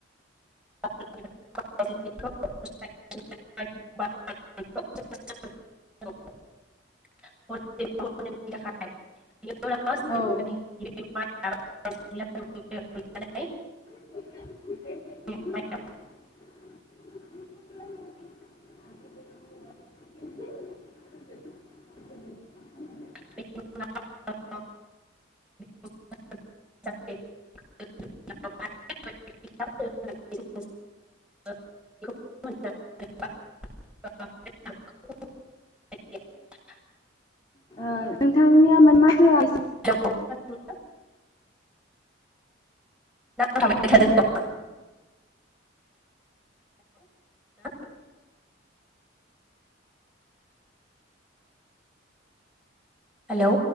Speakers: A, in the centre; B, on the left.
A: <unintelligible> <unintelligible>
B: नों
A: <unintelligible>
B: ओ <unintelligible>
A: हेलौ
B: <inaudible>
A: <unintelligible> <unintelligible> <unintelligible> <unintelligible> <unintelligible>
B: ओ नोंथांनिया माने माथोआ एसे
A: <unintelligible> नांथाबाय थादों नामा <unintelligible> हेलौ